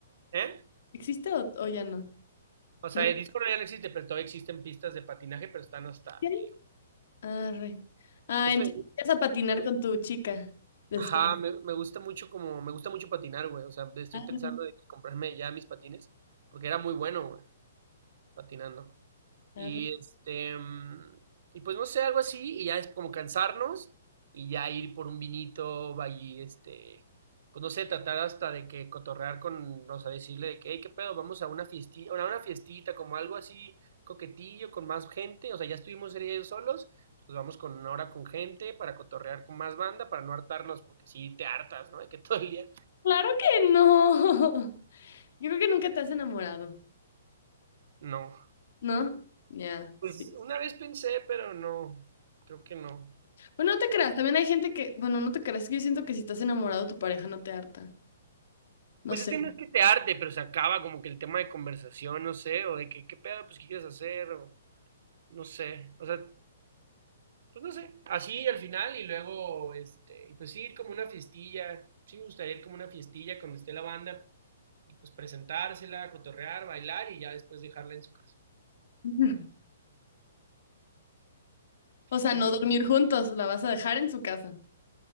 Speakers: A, on the right; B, on the left.
A: ¿eh?
B: ¿Existe o, o ya no?
A: O sea,
B: ¿No?
A: el Disco Roller ya no existe, pero todavía existen pistas de patinaje, pero están hasta
B: ¿Sí hay?
A: muy lejos.
B: Arre. Ah,
A: Es
B: entonces
A: que,
B: vas a patinar con tu chica después.
A: ajá, me, me gusta mucho como, me gusta mucho patinar, güey. O sea, estoy
B: Arre,
A: pensando de que comprarme ya mis patines, porque era muy bueno, güey, patinando. Y
B: arre.
A: este, mm, y pues no sé, algo así, y ya es como cansarnos y ya ir por un vinito, va este, pues no sé, tratar hasta de que cotorrear con, o sea, decirle de que, hey, qué pedo, vamos a una fiestita, a una fiestita, como algo así coquetillo, con más gente, o sea, ya estuvimos ellos solos, pues vamos con ahora con gente para cotorrear con más banda, para no hartarnos, porque si te hartas, ¿no? De que todo el día,
B: Claro que no. <laughs> Yo creo que nunca te has enamorado,
A: no.
B: ¿no? Ya,
A: Pues
B: sí.
A: una vez pensé, pero no, creo que no.
B: Bueno, no te creas. También hay gente que, bueno, no te creas. que Yo siento que si estás enamorado, tu pareja no te harta. No
A: Pues
B: sé.
A: este no es que te arte, pero se acaba como que el tema de conversación, no sé, o de que qué pedo, pues qué quieres hacer, o no sé, o sea, pues no sé, así al final y luego, este, y pues sí, ir como una fiestilla, sí me gustaría ir como una fiestilla cuando esté la banda, y pues presentársela, cotorrear, bailar y ya después dejarla en su casa.
B: <laughs> O sea,
A: Pues
B: no dormir juntos, la vas a dejar en su casa.